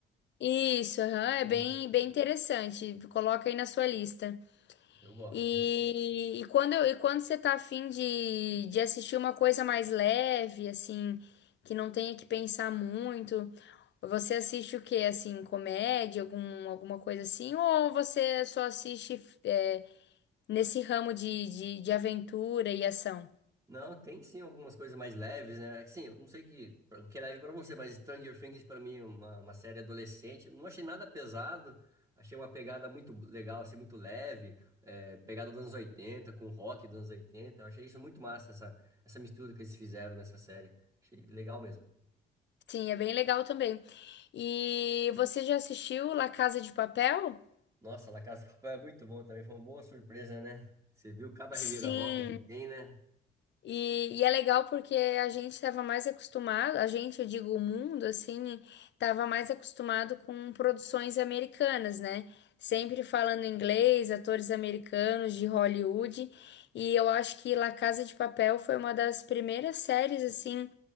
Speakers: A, on the left (about 65°); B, on the right (about 15°).
A: isso, aham, é
B: Nossa,
A: bem, bem interessante. Coloca aí na sua lista.
B: eu gosto.
A: E, e quando, eu- e quando você tá afim de, de assistir uma coisa mais leve, assim, que não tenha que pensar muito, você assiste o quê? Assim, comédia, algum, alguma coisa assim? Ou você só assiste é, nesse ramo de, de, de aventura e ação?
B: Não, tem sim algumas coisas mais leves, né? Assim, eu não sei que, pra- o que é leve pra você, mas Stranger Things pra mim é uma, uma série adolescente. Não achei nada pesado, achei uma pegada muito legal, assim, muito leve, é, pegada dos anos 80 com rock dos anos 80. Eu achei isso muito massa, essa, essa mistura que eles fizeram nessa série. Achei legal mesmo.
A: Sim, é bem legal também. E você já assistiu La Casa de Papel?
B: Nossa, La Casa de Papel é muito bom também, foi uma boa surpresa, né? Você viu cada
A: Sim,
B: reviravolta que tem, né?
A: E, e é legal porque a gente estava mais acostumado, a gente, eu digo o mundo, assim, estava mais acostumado com produções americanas, né? Sempre falando inglês, atores americanos de Hollywood. E eu acho que La Casa de Papel foi uma das primeiras séries, assim,